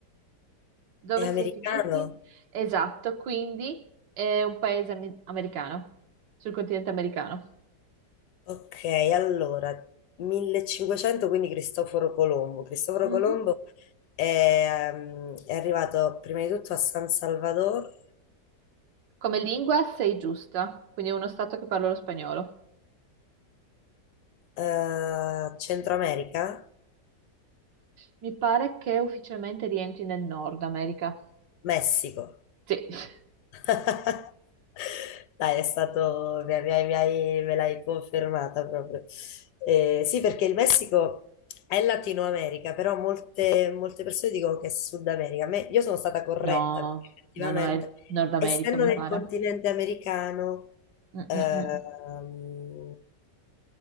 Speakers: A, on the right; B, on the left.
A: Dove
B: è americano?
A: si è finiti? Esatto, quindi è un paese ami- americano, sul continente americano.
B: Ok, allora, 1500, quindi Cristoforo Colombo. Cristoforo
A: Mhm.
B: Colombo è, ehm, è arrivato prima di tutto a San Salvador,
A: Come lingua sei giusta, quindi è uno stato che parla lo spagnolo.
B: eh, Centro America,
A: Mi pare che ufficialmente rientri nel Nord America.
B: Messico.
A: Sì. <laughs>
B: <laughs> Dai, è stato, mi- hai- mi- hai- mi hai- me l'hai confermata proprio. Eh, sì, perché il Messico è Latino America, però molte, molte persone dicono che è Sud America. A me- io sono stata corretta,
A: No,
B: perché effettivamente,
A: no, no, è il Nord America,
B: essendo
A: mi
B: nel
A: pare.
B: continente americano,
A: Mm,
B: ehm,
A: mm, mm.